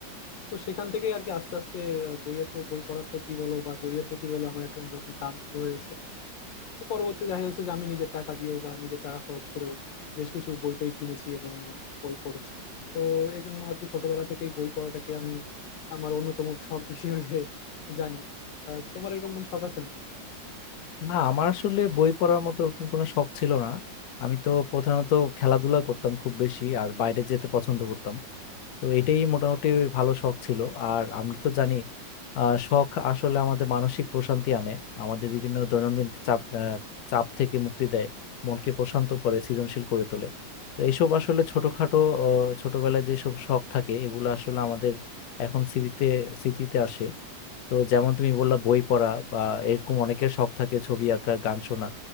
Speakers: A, on the left (about 80°); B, on the left (about 70°).
A: তো সেখান থেকে আর কি আস্তে আস্তে আহ, বইয়ের প- বই পড়ার প্রতি বলো বা বইয়ের প্রতি বলো আমার একটা অন্যরকম টান শুরু হয়েছে তো পরবর্তী দেখা যাচ্ছে যে আমি নিজের টাকা দিয়েও বা নিজের টাকা খরচ করেও বেশ কিছু বই টই কিনেছি এবং বই পড়েছি তো এই জন্য আর কি ছোটবেলা থেকেই বই পড়াটাকে আমি আমার অন্যতম শখ হিসেবে জানি আহ, তোমার এরকম কোনো শখ আছে নাকি
B: না আমার আসলে বই পড়ার মতো ওরকম কোনো শখ ছিল না আমি তো প্রধানত খেলাধুলা করতাম খুব বেশি আর বাইরে যেতে পছন্দ করতাম তো এটাই মোটামুটি ভালো শখ ছিল আর আমরা তো জানি আহ, শখ আসলে আমাদের মানসিক প্রশান্তি আনে আমাদের বিভিন্ন দৈনন্দিন চাপ আহ, চাপ থেকে মুক্তি দেয় মনকে প্রশান্ত করে সৃজনশীল করে তোলে তো এইসব আসলে ছোটখাটো আহ, ছোটবেলায় যেসব শখ থাকে এগুলো আসলে আমাদের এখন স্মৃতিতে স্মৃতিতে আসে তো যেমন তুমি বললা বই পড়া বা এরকম অনেকের শখ থাকে ছবি আঁকা গান শোনা